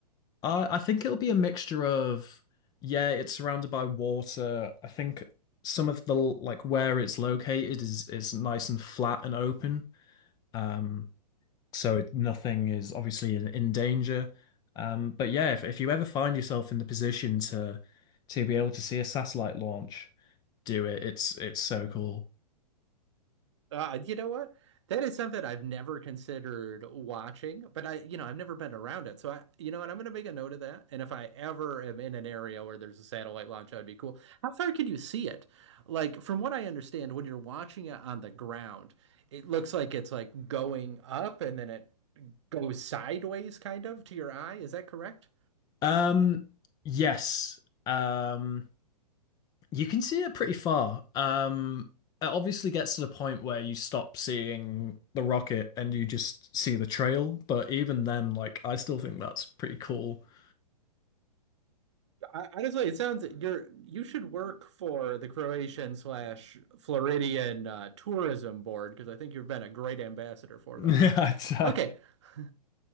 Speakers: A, on the left; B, on the right.
A: Uh, I think it'll be a mixture of, yeah, it's surrounded by water. I think some of the like where it's located is is nice and flat and open. Um, so it, nothing is obviously in, in danger. Um, but yeah, if if you ever find yourself in the position to to be able to see a satellite launch, do it. It's it's so cool.
B: Uh, you know what? That is something I've never considered watching, but I, you know, I've never been around it. So I, you know, and I'm going to make a note of that. And if I ever am in an area where there's a satellite launch, that'd be cool. How far can you see it? Like, from what I understand, when you're watching it on the ground, it looks like it's like going up and then it goes sideways kind of to your eye. Is that correct?
A: Um, yes. Um, You can see it pretty far. Um, it obviously gets to the point where you stop seeing the rocket and you just see the trail. But even then, like, I still think that's pretty cool. <laughs>
B: I, honestly, it sounds you're you should work for the Croatian slash Floridian uh, tourism board because I think you've been a great ambassador for
A: Yeah,
B: them.
A: it's, uh,
B: Okay. <laughs> All